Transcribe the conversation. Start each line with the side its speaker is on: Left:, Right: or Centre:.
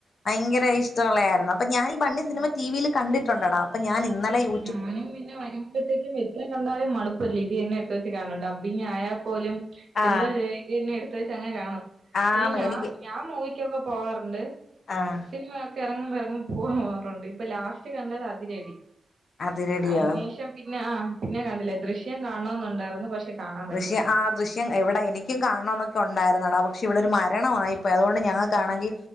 Left: ഭയങ്കര ഇഷ്ടമുള്ളായിരുന്നു അപ്പ ഞാനി ബണ്ണി സിനിമ
Right: ഉം
Left: ടിവി ല് കണ്ടിട്ടുണ്ടടാ അപ്പ ഞാനിന്നലെ യൂ
Right: ഞാനും പിന്നെ വരുമ്പോഴത്തേക്കും വരു ത്ര കണ്ടാലും മടുപ്പ് വരില്ല ഇത് തന്നെ എടുത്ത് വെച്ച് കാണും ഡബിങ് ആയാപ്പോലും
Left: ആ
Right: എന്തോ ചെയ പിന്നെ എടുത്ത് വെച്ച് അങ്ങ് കാണും
Left: ആണ്
Right: പിന്നെ ഞാൻ
Left: എനിക്ക്
Right: ഞാൻ മൂവിക്കൊക്കെ പോവാറുണ്ട്
Left: ആഹ്
Right: സിനിമ ഒക്കെ ഇറങ്ങുമ്പോ ഇറങ്ങുമ്പോ പോവാറുണ്ട് ഇപ്പൊ ലാസ്റ്റ് കണ്ടത് അതിരടി
Left: അതിരടിയോ
Right: അയിന്ശേഷം പിന്നെ ആഹ് പിന്നെ കണ്ടില്ല ദൃശ്യം കാണണം എന്നുണ്ടായിരുന്നു പക്ഷെ കാണാൻ പറ്റിയില്ല
Left: പക്ഷേ ദൃശ്യം ആ ദൃശ്യം എവിടെ എനിക്കും കാണണം എന്നൊക്കെ ഉണ്ടായിരുന്നടാ പക്ഷെ ഇവിടെ ഒരു മരണമായി പോയി അതുകൊണ്ട് ഞങ്ങക്കാണെങ്കി